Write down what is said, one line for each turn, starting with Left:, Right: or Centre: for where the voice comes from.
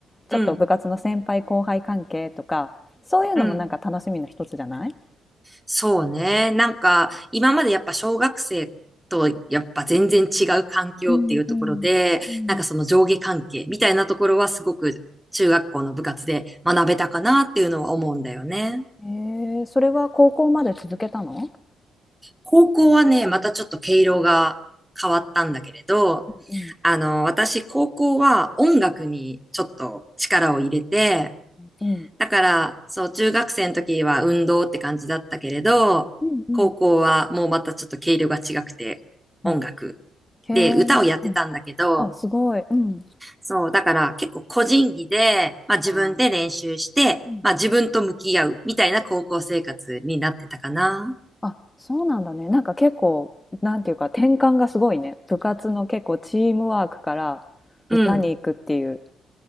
Left: ちょっと部活の先輩後輩関係とかそういうのもなんか楽しみの一つじゃない
Centre: うん、うん。そうね。なんか、今までやっぱ小学生とやっぱ全然違う環境っていうところで、
Left: うんうんうん
Centre: なんかその上下関係みたいなところはすごく中学校の部活で学べたかなっていうのは思うんだよね。
Left: へえそれは高校まで続けたの
Centre: 高校はね、またちょっと毛色が変わったんだけれど、
Left: うんうん。
Centre: あの、私高校は音楽にちょっと力を入れて、
Left: うん
Centre: だから、そう、中学生の時は運動って感じだったけれど、
Left: うん
Centre: 高校はもうまたちょっと毛色が違くて、音楽。
Left: うん。へえ。
Centre: で、歌をやってたんだけど、
Left: うん。おすごい。うん。
Centre: そう、だから結構個人技で、まあ自分で練習して、
Left: あー
Centre: まあ自分と向き合うみたいな高校生活になってたかな。
Left: あ、そうなんだね。なんか結構、なんていうか転換がすごいね。部活の結構チームワークから
Centre: うん。
Left: 歌に行くっていう。